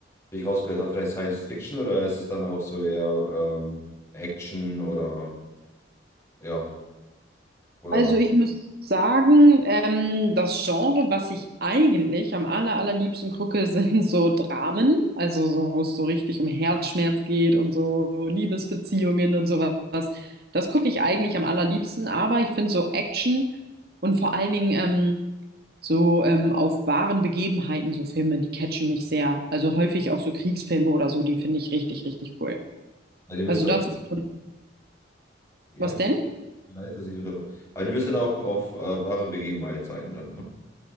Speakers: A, on the left; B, on the right.
A: wie ich rausgehört habe, vielleicht Science Fiction oder ist es dann auch so eher ähm, Action oder ja, oder
B: Also
A: was?
B: ich muss sagen, ähm, das Genre, was ich eigentlich am aller, allerliebsten gucke, <laughs> sind so Dramen, also so, wo es so richtig um Herzschmerz geht und so Liebesbeziehungen und sowas. Das gucke ich eigentlich am allerliebsten, aber ich finde so Action und vor allen Dingen ähm, so ähm, auf wahren Begebenheiten so Filme, die catchen mich sehr. Also häufig auch so Kriegsfilme oder so, die finde ich richtig, richtig cool.
A: Ja, Die müssen
B: Also
A: dann,
B: das ist schon,
A: ja,
B: was
A: es
B: denn?
A: tut mir leid, dass ich so unterbreche. Aber die müssen dann auch auf äh, wahre Begebenheit sein dann, ne?